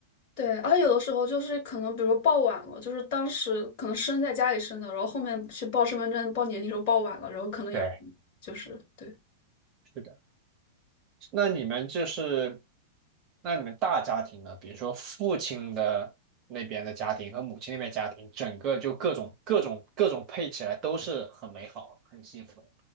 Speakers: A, on the left (about 40°); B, on the right (about 30°).
A: 对，而且有的时候就是可能，比如说报晚了，就是当时可能生在家里生的，然后后面去报身份证、报年龄时候报晚了，然后可能也会就是对。
B: 对，是的。那你们就是，那你们大家庭呢？比如说父亲的那边的家庭和母亲那边家庭，整个就各种各种各种配起来都是很美好、很幸福的。